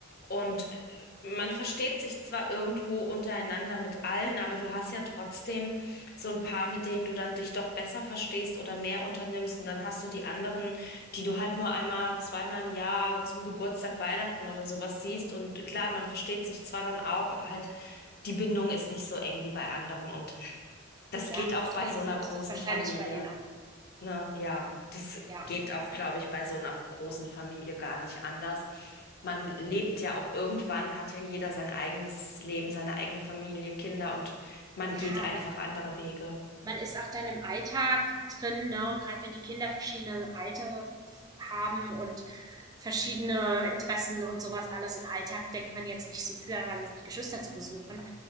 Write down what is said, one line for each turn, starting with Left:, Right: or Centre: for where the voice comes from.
Left: und äh, man versteht sich zwar irgendwo untereinander mit allen, aber du hast ja trotzdem so ein paar, mit denen du dann dich doch besser verstehst oder mehr unternimmst und dann hast du die anderen, die du halt nur einmal, zweimal im Jahr zum Geburtstag, Weihnachten oder sowas siehst und klar, man versteht sich zwar dann auch, aber halt die Bindung ist nicht so eng wie bei anderen und das
Right: Ja,
Left: geht auch
Right: ich
Left: bei
Right: denke,
Left: so einer
Right: so ist
Left: großen
Right: das wahrscheinlich
Left: Familie.
Right: bei denen auch.
Left: Ne? Ja, das
Right: Ja,
Left: geht auch, glaube ich, bei so einer großen Familie gar nicht anders. Man lebt
Right: nee.
Left: ja auch irgendwann, hat ja jeder sein eigenes Leben, seine eigene Familie, Kinder und man
Right: Ja,
Left: geht einfach
Right: man,
Left: andere Wege.
Right: man ist auch dann im Alltag drin, ne? gerade wenn die Kinder verschiedene Alter haben und verschiedene Interessen und sowas alles. Im Alltag denkt man jetzt nicht so viel daran, die Geschwister zu besuchen.